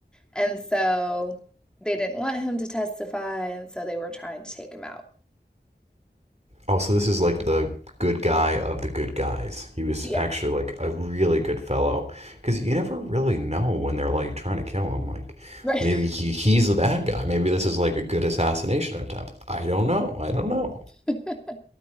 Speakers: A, in the centre; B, on the right.
A: And so they didn't want him to testify, and so they were trying to take him out.
B: Oh, so this is like the good guy of the good guys. He was
A: Yeah,
B: actually like a really good fellow because you never really know when they're like trying to kill him. Like
A: right.
B: maybe he, he's the bad guy. Maybe this is like a good assassination attempt. I don't know. I don't know.
A: <laughs>